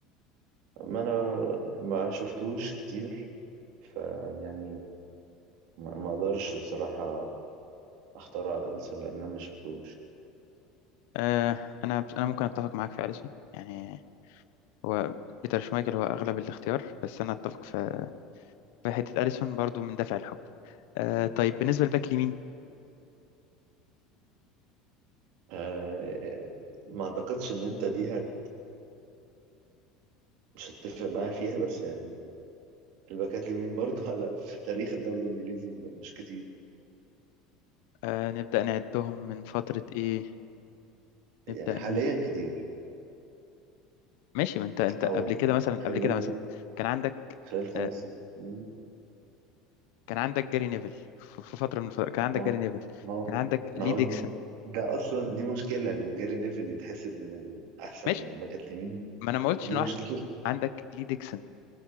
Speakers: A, on the right; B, on the left.
A: ما أنا ما شفتوش كتير فيعني ما ما أقدرش بصراحة أختار على أليسون لأن أنا ما شفتوش
B: آه، أنا أنا ممكن أتفق معاك في أليسون يعني هو بيتر شمايكل هو أغلب الاختيار بس أنا أتفق في في حتة أليسون برضو من دافع الحب آه، طيب بالنسبة للباك اليمين
A: أه ما أعتقدش إن أنت دي هت مش هتتفق معايا فيها بس يعني الباكات اليمين برضه على في تاريخ الدوري الإنجليزي م- مش كتير
B: آه، نبدأ نعدهم من فترة إيه
A: يعني
B: نبدأ
A: حاليا
B: ن-
A: كتير
B: ماشي ما انت انت
A: أو
B: قبل كده مثلا قبل
A: خلال
B: كده مثلا كان عندك
A: خلال خمس
B: آه،
A: سنين
B: كان عندك جاري نيفل في في فترة من الفترات كان عندك
A: ما هو
B: جاري نيفل
A: ما هو
B: كان عندك لي
A: ما هو
B: ديكسون
A: ده اصلا دي مشكله ان جاري نيفل اللي يتحسب من الاحسن
B: ماشي
A: الباكات اليمين
B: ما انا ما قلتش
A: دي
B: انه
A: مشكله
B: احسن عندك لي ديكسون